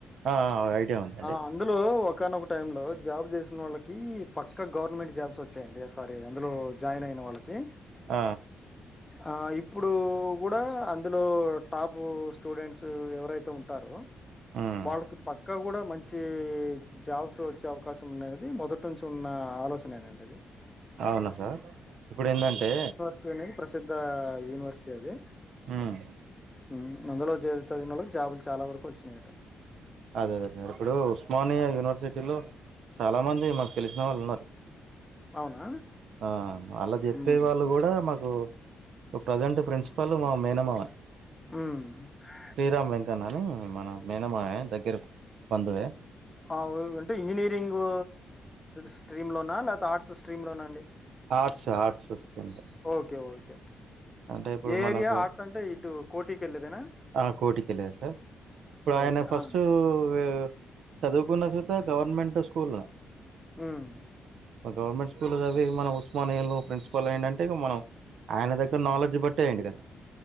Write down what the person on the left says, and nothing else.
ఆ అందులో ఒకానొక టైం లో జాబ్ చేశినోళ్ళకీ పక్కా గవర్నమెంట్ జాబ్స్ వచ్చాయండి అస్ అరే అందులో జాయిన్ అయిన వాళ్ళకీ.
ఆ ఇప్పుడూ గూడా అందులో టాపూ స్టూడెంట్సూ ఎవరైతే ఉంటారో.
వాళ్ళకి పక్కా గూడా మం చీ ఇ జాబ్స్ వచ్చే అవకాశం ఉన్నదనేది మొదటి నుంచి ఉన్నా ఆలోచనేనండి అది.
<unintelligible> ప్రసిద్ధా ఆ యునివర్సిటీ అది.
ఉమ్ మద్యలో జేరి చదివినోళ్ళకి జాబులు చాలా వరకు వచ్చినాయి అటా.
అవునా
ఉమ్.
హ్ము
అవు అంటే ఇంజనీరింగూ స్ట్రీములోనా లేతే ఆర్ట్స్ స్ట్రీములోనా అండి.
ఓకే ఓకే
ఏ
ఏరియా ఆర్ట్స్ అంటే ఇటు కోటికెళ్ళేదేనా.
ఓకే
ఆ
ఉమ్